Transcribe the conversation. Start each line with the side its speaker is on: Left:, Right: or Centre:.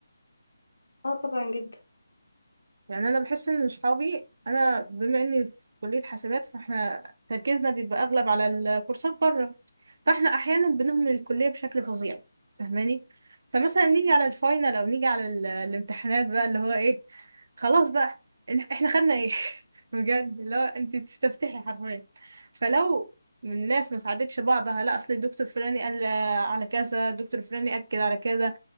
Left: اه طبعا جدا
Right: يعني انا بحس ان صحابي انا بما اني في كليه حسابات فاحنا تركيزنا بيبقى اغلب على الكورسات بره فاحنا احيانا بنهمل الكليه بشكل فظيع فاهماني فمثلا نيجي على الفاينل او نيجي على ال- الامتحانات بقى اللي هو ايه خلاص بقى إن- احنا خدنا ايه <laughs> بجد اللي هو انت تستفتحي حرفيا فلو من الناس ما ساعدتش بعضها لا اصل الدكتور فلاني قال آه، على كذا الدكتور فلاني اكد على كذا